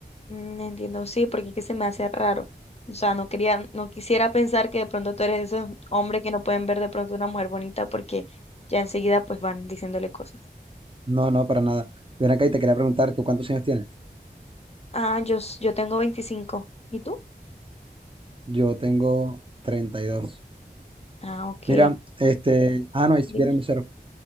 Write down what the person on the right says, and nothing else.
No, no, para nada. Ven acá y te quería preguntar, ¿tú cuántos años tienes?
Yo tengo treinta y dos
Mira, este, ah, no, ahí sí
viene mi mesero,